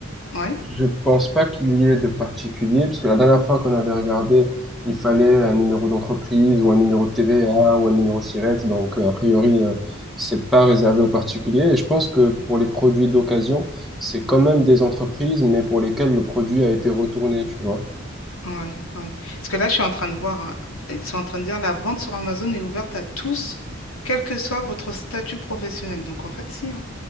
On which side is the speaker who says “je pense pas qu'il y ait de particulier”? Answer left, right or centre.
Centre